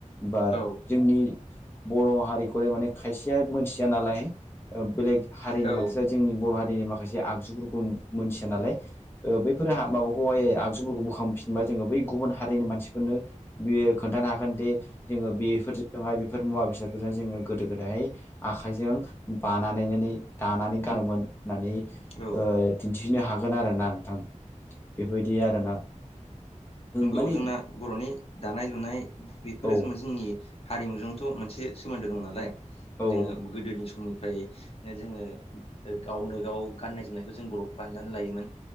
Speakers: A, on the left; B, on the left.
A: बा
B: औ
A: जोंनि बर' हारिखौलाय माने खायसेया मोनथिया नालाय ओ बेलेग हारिनि
B: औ
A: मानसिफ्रा जोंनि बर' हारिनि माखासे आगजुफोरखौ नु मोनथिया नालाय ओ बैफोर हा माबाखौहाय आगजुफोरखौ बोखांफिनबा जोङो बै गुबुन हारिनि मानसिफोरनो बेयो खोन्थानो हागोन दे जोङो बेफोरजोंहाय बेफोर मुवा बेसादफोरजों जोङो गोदो गोदाय आखाइजों बानानै नानै दानानै गानोमोन होननानै ओ
B: औ
A: दिन्थिनो हागोन आरोना नोंथां बेफोरबायदि आरोना।
B: नोंगौ
A: माने
B: जोंना बर'नि दानाय लुनाय बेफोरो
A: औ
B: जोंना जोंनि हारिमुजोंथ' मोनसे सोमोन्दो दं नालाय
A: औ
B: जोङो गोदोनि समनि ओमफ्राय जोङो ओ गावनो गाव गाननाय जोमनायखौ जों बर' बानायनानै लायोमोन।